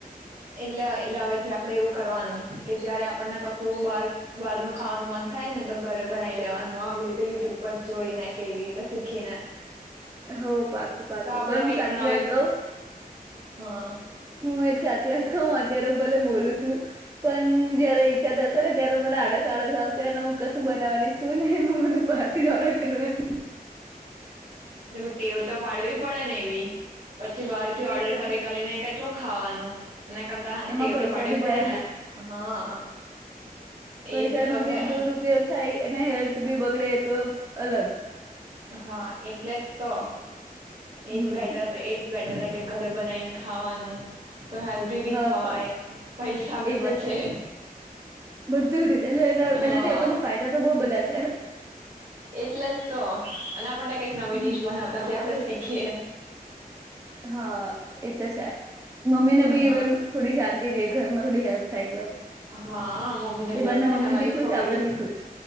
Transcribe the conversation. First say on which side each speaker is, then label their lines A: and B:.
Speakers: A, on the right; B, on the right.
A: એટલે એટલે હવે થી આપડે એવું કરવાનું કે જયારે આપણને કશું બાર બહાર ન ખાવાનું મન થાય ને તો ઘરે બનાવી દેવાનું આવી રીતે યુટ્યુબ પર જોઈને કે એવી રીતે શીખીને.
B: હો બાકું બાકું
A: તો આપડે
B: બન કર
A: કઈક
B: સાચી
A: નવી
B: વાત કવ?
A: હા.
B: હું એક સાચી વાત કઉ અત્યારે? ભલે બોલું છું પણ જયારે ઈજ્છા થશે ને ત્યારે મને આળસ આળસ આવશે અને હું કશું બનાવાની છું ને બધું બહાર થી જ ઓર્ડર કરવાની.
A: ટેવું તો પાડવી પડે ને એવી. પછી બહાર થી ઓર્ડર
B: એ તો
A: કરી
B: છે
A: કરીને કેટલું ખાવાનું એના કરતા ટેવ
B: એમાં પૈસા
A: તો પાડવી
B: બી
A: પડે
B: જાય
A: ને. હા,
B: પૈસા
A: એજ તો
B: નો
A: છે.
B: બી દુરપયોગ થાય અને હેલ્થ બી બગડે એ તો અલગ.
A: હા એટલે જ તો એજ
B: હમ
A: બેટર રે એટરરે. કે ઘરે બનાવીને ખાવાનું. તો હેલ્ધી બી
B: હા
A: ખવાય
B: પાલ,
A: પૈસા બી
B: એ તો
A: બચે
B: છે. બધું રીતે એટલે
A: હા
B: એનાથી આપણને ફાયદા તો બહુ બધા છે.
A: એટલે જ તો અને આપણને કઈક નવી ડીશ
B: હમ
A: બનાવતા બી આપડે શીખ ખે.
B: હા એ તો છે મમ્મીને
A: હા
B: બી ઇવન થોડી ધીરે ઘરમાં થોડી હેલ્પ થાય તો
A: હા મમ્મી ને બેવું
B: એ બાને
A: થાય
B: મમ્મી
A: ને અમારી
B: બી ખુશ
A: છોકરી
B: આપડે બી ખુશ